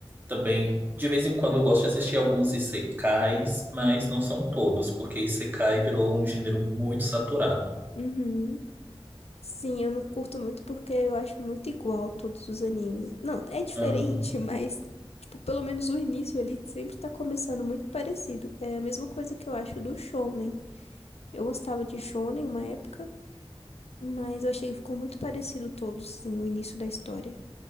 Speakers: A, on the right; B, on the left.
A: também, de vez em quando eu gosto de assistir alguns isekais, mas não são todos, porque isekai virou um gênero muito saturado.
B: Uhum. Sim, eu não curto muito porque eu acho muito igual todos os animes. Não, é diferente,
A: Uhum.
B: <laughs> mas, tipo, pelo menos o início ali sempre tá começando muito parecido. É a mesma coisa que eu acho do Shonen. Eu gostava de Shonen uma época, mas eu achei que ficou muito parecido todos, sim, o início da história.